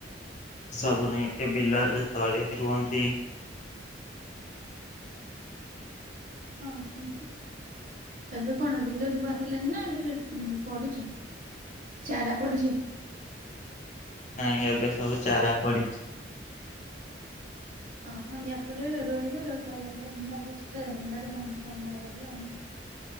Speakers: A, on the left; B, on the right.
A: ସବୁ ନେଇକି ବିଲରେ ତଳି ରୁଅନ୍ତି।
B: ଓ ହୁଁ,। ଏବେ କଣ ବିଲ ରୁଆ ହେଲାଣିି ନା ଏବେ ଚ-ଉଁ, ପଡିଛି ଚାରା ପଡିଛି?
A: ନାଇଁ ଏବେ ସବୁ ଚାରା ପଡିଛି।
B: ଓ ହଁ ୟା ପରେ ରୋଇବେ ରୋଇ ସାରିଲା ପରେ ପୁଣି ତାକୁ <unintelligible> ଧାନକୁ ଅମଳ କରିବେ ଆଉ ନାଇଁ?